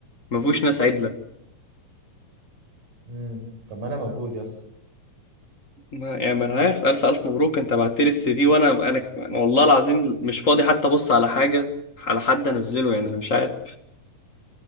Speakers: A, on the left; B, on the right.
A: ما فيهوش ناس عدلة
B: امم طب ما انا موجود يا اسطى
A: ما يعني ما انا عارف الف الف مبروك انت بعت لي السي في وانا انا أنا والله العظيم مش فاضي حتى ابص على حاجة على حد انزله يعني انا مش عارف